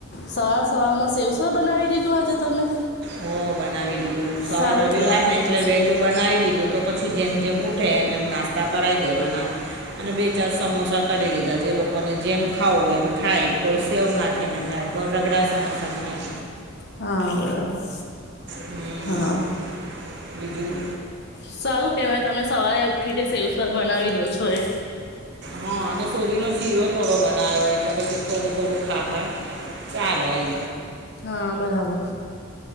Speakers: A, on the left; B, on the right.
A: સવાર સવારમાં સેવસ બનાવી દીધું આજે તમે?
B: હમ્મ, બનાવી દીધું સવાર
A: સારું
B: રવિવાર
A: કહેવાય
B: ને
A: તો
B: એટલે
A: પછી
B: વેલું બનાવી લીધું તો પછી જેમ જેમ ઉઠે એમ એમ નાસ્તા કરાવી દેવાના. અને બે ચાર સમોસા તળી લીધા જે લોકોને જેમ ખાવું એમ ખાય કોઈ સેવ નાખે ને ને પર રગડા સમોસા થાય.
A: હા બરાબર
B: હમ
A: હા.
B: બીજું?
A: સારું કહેવાય તમે સવારે ઉઠીને સેવસ બનાવી દો છો એ.
B: હા અને સોજી નો શીરો થોડો બનાયો એટલે પછી થોડું થોડુંક ખા ખાય. ચાલે.
A: હા બરાબર